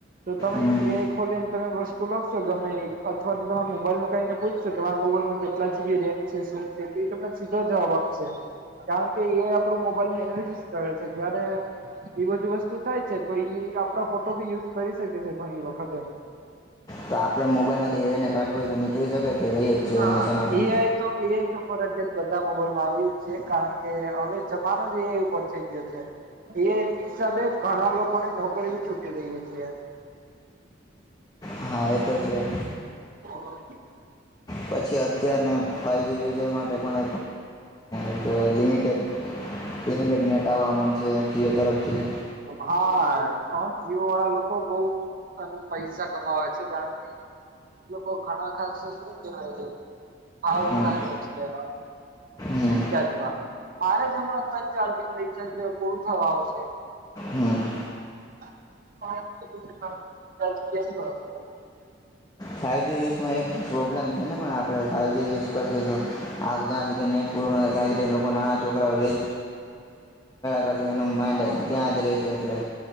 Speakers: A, on the right; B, on the left.
A: તો તમે
B: હમ
A: એ આઈ ખોલીને તમે વસ્તુ લખશો ગમે ઈ અથવા તો તમારા મોબાઈલનું કંય એને પૂછશો કે મારો મો બાઈલમા કેટલા જીબી રેમ છે શું છે એ તમને સીધો જવાબ આપશે કારણ કે એ આઈ આપડું મોબાઈલની એનાલિસિસ કરે છે, જયારે એ બધી વસ્તુ થાય છે, તો ઈ આપણા ફોટો બી યુઝ કરી શકે છે, ઘણી વખત એમ
B: તો આપડે મોબાઈલમાંથી એ આઈને કાઢવું હોય તો નીકળી શકે કે રહીએ જ છીએ
A: ના
B: હંમેશા માટે
A: એ આઈ તો એ આઈ તો ફરજયાત બધા મોબાઈલમાં આવે જ છે, કારણ કે હવે જમાનો જ એ આઈ ઉપર થઈ ગયો છે. એ આઈ એની હિસાબે ઘણા લોકોની નોકરી છૂટી રહી છે.
B: હા, એતો છે.
A: બ
B: પછી, અત્યારને ફાઈવજી યુઝર માટે પણ એક લિમિટેડ લિમિટેડ નેટ આવ મન છે. જીઓ તરફથી
A: હા, જીવ વાળા લોકો બઉ પૈસા કમાવે છે. કારણ કે એ લોકો ઘણા ખાસ શ કેવાય ભાવ
B: હમ
A: ઉતાર્યો છે.
B: હમ
A: રિચાર્જમા, મારે જ હમણા તને ત્રણ ચાર દીમા, રિચાર્જ પૂર થવા આવશે
B: હમ
A: <unintelligible>
B: ફાઇવજી યુઝમા, એક પ્રોબ્લેમ છે. છેને, પણ આપણે ફાઇવજી યુઝ કરીશું તો આ જ્યાં સુધી નેટ પૂરુ ન થાય, ત્યાં સુધી લોકો નાના છોકરાઓ રે કરશે એનું માઇડ ત્યા, જ રહેશે એટલે